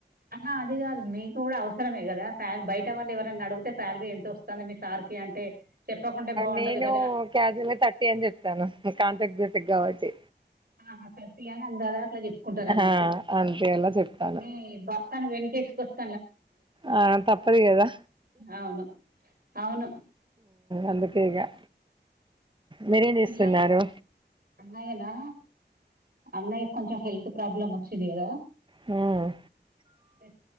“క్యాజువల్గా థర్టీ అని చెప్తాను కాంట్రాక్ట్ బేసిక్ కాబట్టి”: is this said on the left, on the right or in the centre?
Right